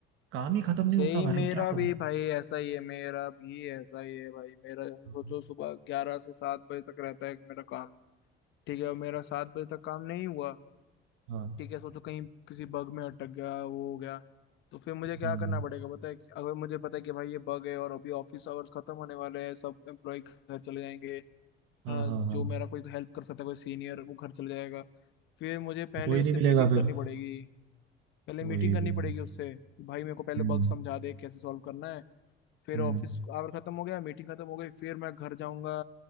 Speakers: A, on the right; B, on the left.
A: काम ही खत्म
B: सही
A: नहीं होता भाई
B: मेरा
A: क्या करूँ
B: भी भाई ऐसा ही है मेरा भी ऐसा ही है भाई मेरा जैसे
A: हाँ
B: सोचो सुबह ग्यारह से सात बजे तक रहता है मेरा काम ठीक है और मेरा सात बजे तक काम नहीं हुआ
A: हाँ
B: ठीक है सोचो कहीं किसी बग में अटक गया वो हो गया तो फिर मुझे क्या
A: हम्म,
B: करना पड़ेगा पता है अगर मुझे पता है कि भाई ये बग है और अभी ऑफिस आवर्स खत्म होने वाले हैं सब एम्प्लॉय घर चले जाएंगे
A: हाँ
B: हाँ
A: हाँ हाँ
B: जो मेरा कोई हेल्प कर सकता है कोई सीनियर वो घर चले जाएगा फिर मुझे पहले
A: फिर कोई
B: उससे
A: नहीं
B: मीटिंग
A: मिलेगा
B: करनी
A: फिर
B: पड़ेगी पहले मीटिंग
A: वही
B: करनी
A: वही
B: पड़ेगी उससे कि भाई मेरे को पहले
A: हम्म
B: बग समझा दे कैसे सॉल्व करना है फिर
A: हम्म
B: ऑफिस आवर खत्म हो गया मीटिंग खत्म हो गई फिर मैं घर जाऊंगा